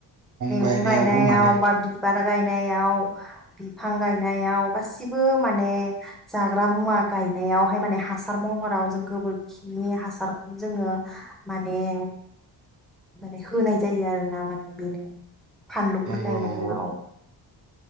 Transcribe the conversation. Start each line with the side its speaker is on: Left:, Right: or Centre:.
Centre: मैगं
Right: गायनायावबो
Centre: गायनायाव
Right: माने
Centre: बा बि बिबार गायनायाव बिफां गायनायाव गासिबो माने जाग्रा मुवा गायनायावहाय माने हासार महराव जों गोबोरखिनि हासारखौ जोङो माने <unintelligible> माने होनाय जायो आरोना माने बेनो फानलुफोर
Right: नंगौ
Centre: गायनायाव
Right: नंगौ